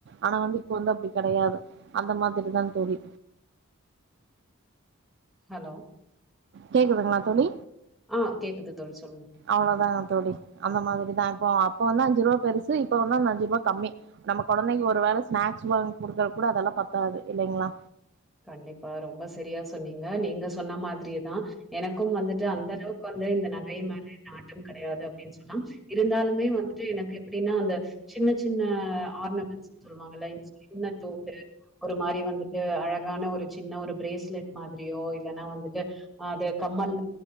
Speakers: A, on the right (about 50°); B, in the centre.
A: ஆனா வந்து இப்ப வந்து அப்டி கெட கெடையாது அந்த மாதிரி தா தோழி
B: ஹலோ
A: கேக்குதுங்ளா தோழி
B: ஆ கேக்குது தோழி சொல்லுங்க
A: அவ்ளோதாங்க தோழி அந்த மாதிரிதா இப்போ அப்ப வந்து அஞ்சு ரூபா பெருசு இப்ப வந்து அந்த அஞ்சு ரூபா கம்மி நம்ம கொழந்தைங்க்கு ஒரு வேல ஸ்நாக்ஸ் வாங்கி குடுக்குற கூட அதெல்லா பத்தாது இல்லிங்ளா
B: கண்டிப்பா ரொம்ப சரியா சொன்னீங்க நீங்க சொன்ன மாதிரியேதா எனக்கும் வந்துட்டு அந்த அளவுக்கு வந்து இந்த நகை மேல நாட்டம் கெடையாது அப்டின்னு சொல்லா இருந்தாலுமே வந்துட்டு எனக்கு எப்டின்னா அந்த சின்ன சின்ன ஆர்னமெண்ட்ஸ் சொல்லுவாங்கல்ல சின்ன தோடு ஒரு மாரி வந்துட்டு அழகான ஒரு சின் சின்ன ஒரு பிரேஸ்லெட் மாதிரியோ இல்லன்னா வந்துட்டு அது கம்மல்ல